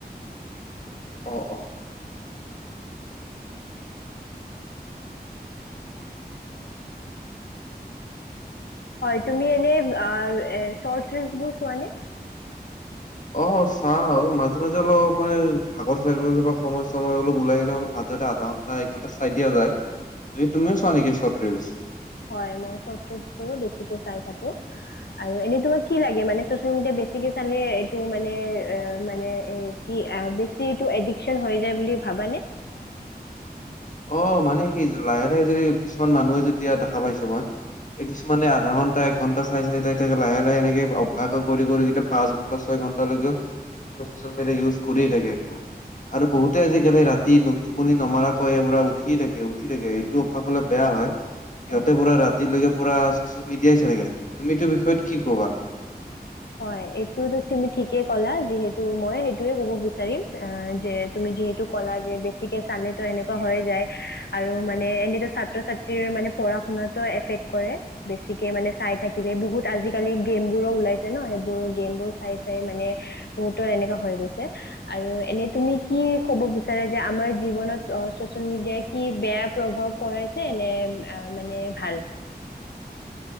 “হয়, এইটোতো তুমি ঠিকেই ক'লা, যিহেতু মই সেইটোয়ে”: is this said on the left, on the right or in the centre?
Left